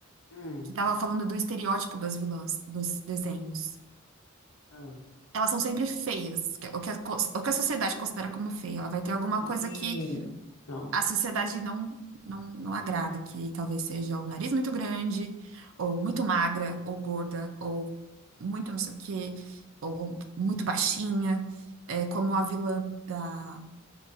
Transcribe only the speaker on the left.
Hum,
ah,
E
então,